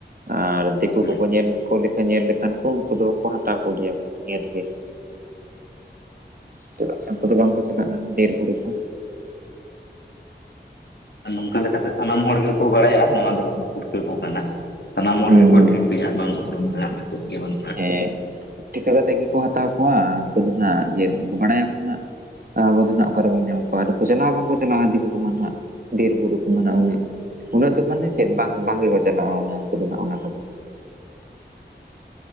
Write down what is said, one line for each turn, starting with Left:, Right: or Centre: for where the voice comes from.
Right: ᱟᱨ ᱫᱤᱠᱩ
Left: ᱦᱩᱸ
Right: ᱠᱚᱠᱚ ᱧᱮᱞ ᱠᱚ ᱧᱮᱞ ᱞᱮᱠᱷᱟᱱ ᱠᱚ ᱩᱱᱠᱩ ᱫᱚᱠᱚ ᱦᱟᱛᱟᱣ ᱠᱚᱜᱮᱭᱟ ᱠᱚ ᱱᱤᱭᱟᱹ ᱛᱮᱜᱮ᱾ ᱪᱮᱫᱟᱜ ᱥᱮ ᱩᱱᱠᱩ ᱫᱚ ᱵᱟᱝᱠᱚ ᱪᱟᱞᱟᱜ-ᱟ ᱰᱤᱨ ᱵᱩᱨᱩ ᱠᱚ᱾
Left: ᱱᱚᱝᱠᱟ ᱞᱮᱠᱟᱛᱮ ᱥᱟᱱᱟᱢ ᱦᱚᱲ ᱜᱮᱠᱚ ᱵᱟᱲᱟᱭᱟ ᱱᱚᱣᱟ ᱫᱚ ᱯᱩᱴᱠᱟᱹᱠᱚ ᱠᱟᱱᱟ᱾ ᱥᱟᱱᱟᱢ
Right: ᱦᱩᱸ
Left: ᱦᱚᱲ ᱜᱮ ᱠᱚ
Right: ᱦᱩᱸ
Left: ᱴᱷᱤᱠᱟᱹ ᱭᱟ ᱵᱟᱝ ᱩᱨᱩᱢ ᱨᱮᱱᱟᱜ ᱫᱚ ᱪᱮᱫ ᱜᱮ ᱵᱟᱹᱱᱩᱜ
Right: ᱦᱮᱸ ᱴᱤᱠᱟᱹ ᱠᱟᱛᱮᱜ ᱜᱮᱠᱚ ᱦᱟᱛᱟᱣ ᱠᱚᱣᱟ ᱩᱱᱠᱩ ᱫᱚ ᱦᱟᱜ ᱡᱮ ᱵᱟᱲᱟᱭᱟᱠᱚ ᱦᱟᱸᱜ ᱟᱵᱚ ᱫᱚ ᱱᱦᱟᱜ ᱚᱠᱟ ᱨᱮᱵᱚᱱ ᱧᱟᱢ ᱠᱚᱣᱟ ᱟᱨ ᱩᱱᱠᱩ ᱪᱟᱞᱟᱜ-ᱟ ᱵᱟᱝᱠᱚ ᱪᱟᱞᱟᱜ-ᱟ ᱫᱤᱠᱩ ᱠᱚᱢᱟ ᱟᱜ ᱵᱤᱨᱵᱩᱨᱩ ᱢᱟᱱᱮ ᱩᱱᱟᱹᱜ ᱩᱱᱟᱹᱜ ᱫᱚ ᱢᱟᱱᱮ ᱪᱮᱫ ᱵᱟᱝ ᱵᱟᱝᱜᱮᱠᱚ ᱪᱟᱞᱟᱜ-ᱟ ᱩᱱᱠᱩ ᱫᱚ ᱚᱱᱟ ᱠᱚᱫᱚ᱾